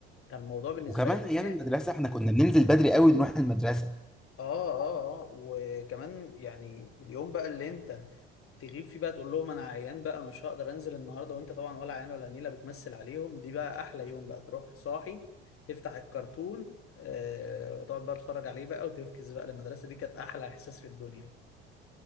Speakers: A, on the left (about 40°); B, in the centre.
A: كان الموضوع بالنسبه
B: وكمان
A: لي
B: ايام
A: خناق
B: المدرسه احنا كنا بننزل بدري قوي نروح المدرسه
A: اه اه اه وكمان يعني اليوم بقى اللي انت تغيب فيه بقى تقول لهم انا عيان بقى مش هقدر انزل النهارده وانت طبعا ولا عيان ولا نيله بتمثل عليهم دي بقى احلى يوم بقى تروح صاحي تفتح الكرتون آه وتقعد بقى تتفرج عليه بقى وتفكس بقى للمدرسه دي كانت احلى احساس في الدنيا